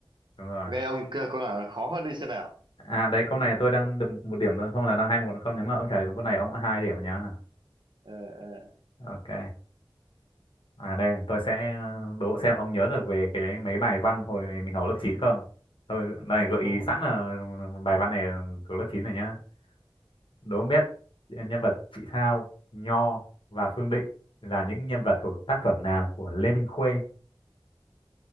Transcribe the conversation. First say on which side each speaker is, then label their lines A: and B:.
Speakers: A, on the left; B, on the right.
A: đúng rồi.
B: Ok, ông cơ câu nào khó hơn đi xem nào.
A: À đấy câu này tôi đang được một điểm thôi không là đang hai một không nếu mà ông trả đúng câu này ông đã hai điểm rồi nhá.
B: Ờ, ờ,
A: Ok. À đây tôi sẽ đố xem ông nhớ được về cái mấy bài văn hồi mình học lớp chín không. Thôi đây gợi
B: ừ
A: ý
B: hừ.
A: sẵn là bài văn này là thuộc lớp 9 rồi nhá. Đố ông biết nhân vật Chị Thao, Nho và Phương Định là những nhân vật thuộc tác phẩm nào của Lê Minh Khuê?